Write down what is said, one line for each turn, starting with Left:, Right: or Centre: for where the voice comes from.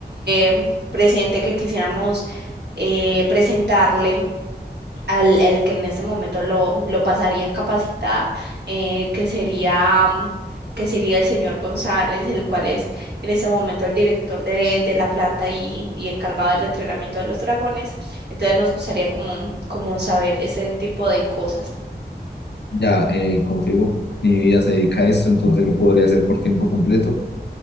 Right: em, presente que quisiéramos eh, presentarle al el que en este momento lo, lo pasaría a capacitar, eh, que sería, mm, que sería el señor González, el cual es en este momento el director de, de la planta y, y encargado del entrenamiento de los dragones. Entonces nos gustaría como, como saber ese tipo de cosas.
Left: Ya, eh, como te digo, mi vida se dedica a esto, entonces lo podría hacer por tiempo completo.